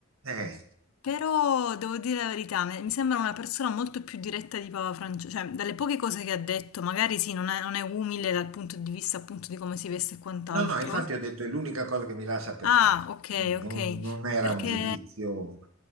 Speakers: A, on the right; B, on the left.
A: eh.
B: però devo dire la verità, mi mi sembra una persona molto più diretta di Papa Francesco, cioè dalle poche cose che ha detto, magari sì, non è, non è umile dal punto di vista appunto di come si veste e quant'altro.
A: No, no, infatti ho detto è l'unica cosa che mi lascia perplesso.
B: Ah, ok,
A: Non,
B: ok,
A: non era
B: perché
A: un giudizio,